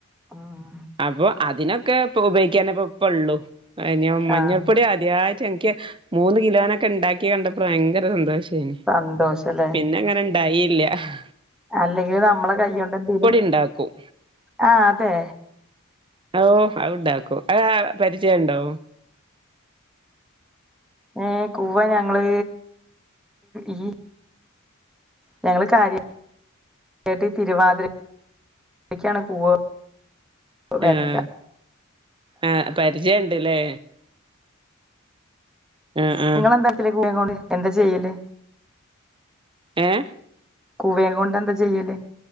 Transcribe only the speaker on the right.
അപ്പൊ അതിനൊ ക്കെ ഉപോഗിക്കാനേപ്പ ഇപ്പ ഒള്ളു ഞാ മഞ്ഞൾപ്പൊടി
അദ്യയി്ട്ടാ എൻക്ക് മൂന്ന് കിലോനൊക്കെ ഇണ്ടാക്ക്യേ കണ്ടപ്പള് ഭയങ്കര സന്തോ ഉം
പിന്നെ അങ്ങനെ ഇണ്ടായില്ല അഹ്
ഇണ്ടാക്കും
ഓഹ് അഔണ്ടാക്കും അഹ് പരിചയം ഇണ്ടോ
ആഹ് ആഹ് പരിചയം ഇണ്ട് ലേ. ആഹ് ആഹ്
ഏഹ്